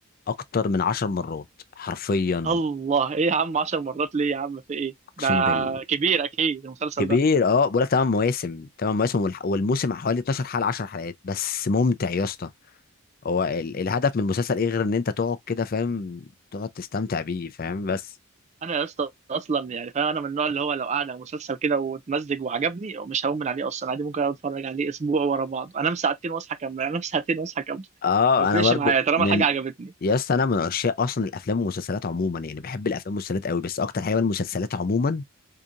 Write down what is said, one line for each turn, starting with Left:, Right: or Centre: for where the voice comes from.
Left: اكتر من عشر مرات حرفيا
Right: الله ايه يا عم 10 مرات ليه يا عم في ايه
Left: اقسم
Right: ده
Left: بال
Right: كبير اكيد المسلسل
Left: كبير
Right: ده
Left: اه بقول لك 8 مواسم 8 مواسم والح- والموسم حوالي 12 حلقه 10 حلقات بس ممتع يا اسطى هو ال- الهدف من المسلسل ايه غير ان انت تقعد كده فاهم تقعد تستمتع بيه فاهم بس
Right: انا يا اسطى اصلا يعني فاهم انا من النوع اللي هو لو قاعد على مسلسل كده واتمزج وعجبني مش هقوم من عليه اصلا عادي ممكن أقعد اتفرج عليه اسبوع ورا بعض انام ساعتين واصحى اكمل انام ساعتين واصحى اكمل
Left: اه
Right: ما بيفرقش
Left: انا برضه
Right: معايا طالما
Left: من
Right: الحاجه عجبتني
Left: يا اسطى انا من عشاق اصلا الافلام والمسلسلات عموما يعني بحب الافلام والمسلسلات قوي بس اكتر حاجه بقى المسلسلات عموما